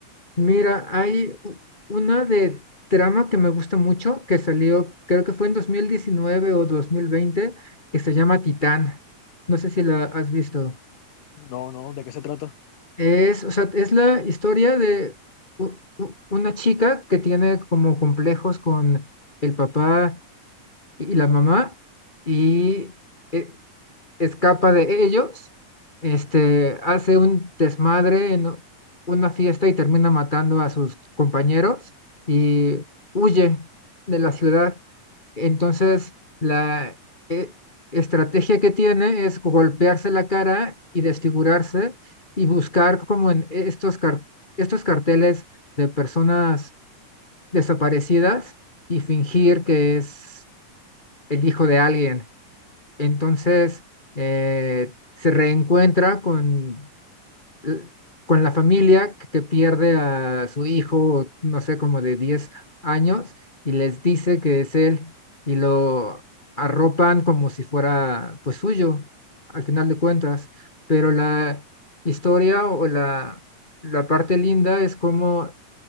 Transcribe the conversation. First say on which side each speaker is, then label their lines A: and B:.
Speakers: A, on the left (about 30°); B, on the left (about 80°).
A: Mira, hay u- una de trama que me gusta mucho que salió, creo que fue en 2019 o 2020, que se llama Titán. No sé si la has visto.
B: No, no, ¿de qué se trata?
A: Es, o sea, es la historia de u- u- una chica que tiene como complejos con el papá y la mamá y eh, escapa de ellos, este, hace un desmadre en u- una fiesta y termina matando a sus compañeros y huye de la ciudad. Entonces, la eh, estrategia que tiene es golpearse la cara y desfigurarse y buscar como en estos, car- estos carteles de personas desaparecidas y fingir que es el hijo de alguien. Entonces, eh, se reencuentra con, eh, con la familia que, que pierde a su hijo, no sé, como de 10 años, y les dice que es él, y lo arropan como si fuera pues suyo, al final de cuentas. Pero la historia o la, la parte linda es como